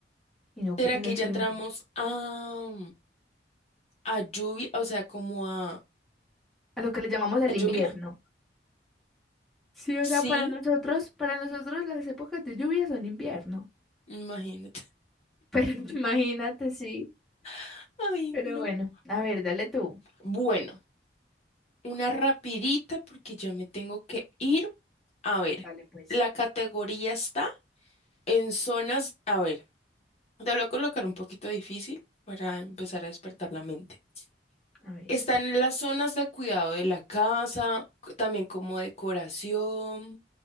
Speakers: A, in the centre; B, on the left.
A: y no que
B: ¿Será
A: caigan
B: que ya
A: solo
B: entramos
A: en-
B: a, a lluvia? O sea, como a, ¿a
A: a lo que le llamamos el invierno.
B: lluvia.
A: Sí, o sea,
B: Sí,
A: para nosotros, para nosotros las épocas de lluvia son invierno,
B: imagínate.
A: pero <laughs> imagínate, sí,
B: <laughs> Ay,
A: pero
B: no.
A: bueno, a ver, dale tú.
B: Bueno, una rapidita porque ya me tengo que ir. A ver,
A: Dale pues.
B: la categoría está en zonas. A ver, te lo voy a colocar un poquito difícil para empezar a despertar la mente.
A: A ver.
B: Están en las zonas de cuidado de la casa, c- también como decoración.